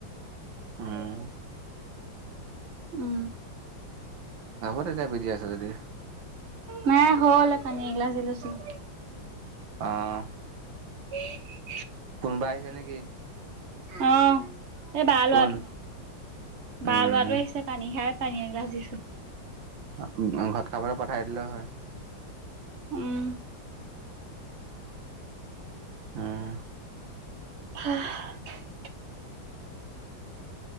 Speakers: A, on the right; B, on the right.
A: উম
B: উহ <unintelligible> উম।
A: হব দে এতিয়া বিজি আছ যদি। <unintelligible>
B: নাই হল পানী এগিলাছ দি লৈছিলো।
A: আহ।
B: উম।
A: কোনোবা আহিছে নেকি?
B: অ, এই বা
A: কোন
B: লৰাটো,
A: উম
B: বাই লৰাটো আহিছে পানী খাই পানী দিছো।
A: ঘৰত খাবলৈ পঠাই দিলে হয়।
B: উম।
A: হম।
B: হাহ <unintelligible>